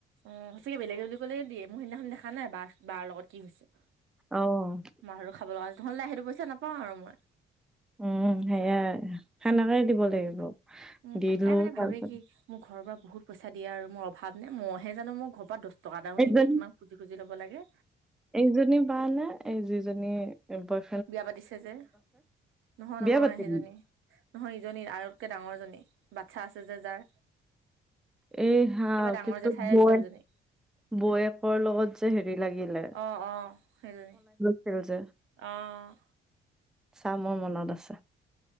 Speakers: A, on the right; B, in the centre.
A: অ', সঁচাকে বেলেগে বুলি ক'লে দিয়ে, মোৰ সিদিনাখন দেখা নাই বাৰ, বাৰ লগত কি হৈছে?
B: অ'।
A: মাৰটো খাব লগা <unintelligible> সেইটো পইচা নাপাওঁ আৰু মই।
B: উম, সেয়াই সেনেকাই দিব লাগিব।
A: উম,
B: দিলো
A: তাই মানে
B: তাৰপিছত
A: ভাবে কি? মোক ঘৰৰ পৰা বহুত পইচা দিয়ে আৰু মোৰ অভাৱ নে, মইহে জানোঁ মোক ঘৰ পৰা দচ টকা এটাও
B: এইজনী
A: নিদিয়ে কিমান খুজি, খুজি ল'ব লাগে।
B: এইজনী বা নে? এই যিজনী বয়
A: বিয়া পাতিছে যে, নহয়,
B: বিয়া
A: নহয়
B: পাতিলি
A: সেইজনী নহয়, ইজনী আৰুতকে ডাঙৰজনী বাচ্ছা আছে যে, যাৰ।
B: এই হা,
A: একেবাৰে ডাঙৰ
B: কিন্তু
A: জেঠাই
B: বৌৱেক-বৌৱেকৰ
A: ছোৱালীজনী
B: লগত যে, হেৰি লাগিলে।
A: অ', অ', সেইজনী।
B: <unintelligible>
A: অ'
B: চা, মোৰ মনত আছে,